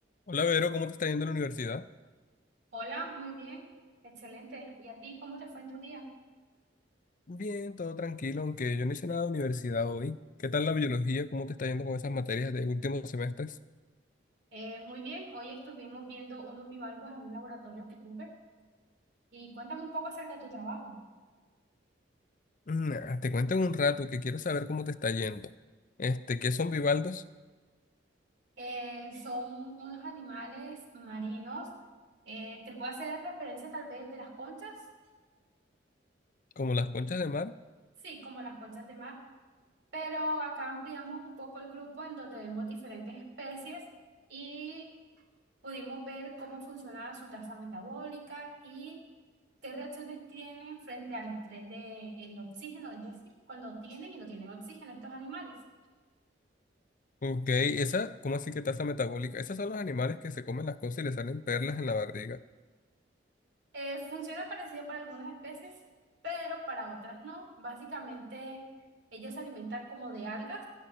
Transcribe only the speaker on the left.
Hola, Vero, ¿cómo te está yendo en la universidad?
Bien, todo tranquilo, aunque yo no hice nada de universidad hoy. ¿Qué tal la biología? ¿Cómo te está yendo con esas materias de últimos semestres?
Mm, ah, te cuento en un rato que quiero saber cómo te está yendo. Este, ¿qué son bivaldos?
¿Como las conchas de mar?
Ok, esa, ¿cómo así que tasa metabólica? Esos son los animales que se comen las cosas y les salen perlas en la barriga.